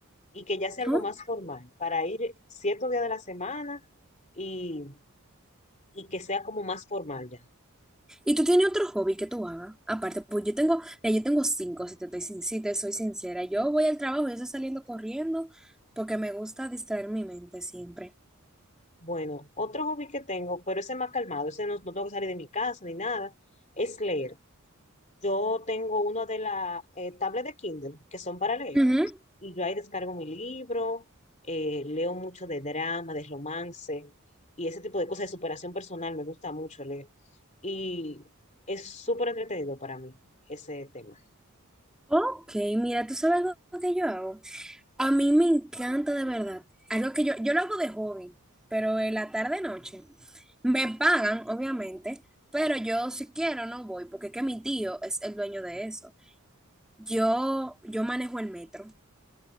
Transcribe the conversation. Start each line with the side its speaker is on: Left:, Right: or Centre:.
Left: y que ya sea algo
Centre: ¿no?
Left: más formal, para ir ciertos días de la semana y, y que sea como más formal ya.
Centre: ¿Y tú tienes otro hobby que tú hagas? Aparte, pues yo tengo, mira, yo tengo cinco, si te, estoy sin- si te soy sincera. Yo voy al trabajo y yo estoy saliendo corriendo porque me gusta distraer mi mente siempre.
Left: Bueno, otro hobby que tengo, pero ese es más calmado, ese no, no tengo que salir de mi casa ni nada, es leer. Yo tengo una de las eh, tablets de Kindle que son para leer
Centre: Ujú.
Left: y yo ahí descargo mi libro, eh, leo mucho de drama, de romance y ese tipo de cosas de superación personal, me gusta mucho leer y es súper entretenido para mí ese tema.
Centre: Ok, mira, ¿tú sabes algo que yo hago? A mí me encanta de verdad. Algo que yo, yo lo hago de hobby, pero en la tarde noche. Me pagan, obviamente, pero yo si quiero no voy, porque es que mi tío es el dueño de eso. Yo, yo manejo el metro.